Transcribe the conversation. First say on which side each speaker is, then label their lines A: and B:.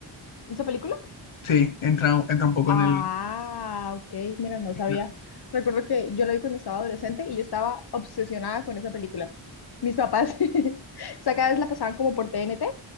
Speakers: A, on the left; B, on the left.
A: ¿Esa película?
B: Sí, entra, entra un poco
A: Ah,
B: en el...
A: ok, mira, no sabía.
B: género.
A: Recuerdo que yo la vi cuando estaba adolescente y yo estaba obsesionada con esa película. Mis papás, <laughs> o sea, cada vez la pasaban como por TNT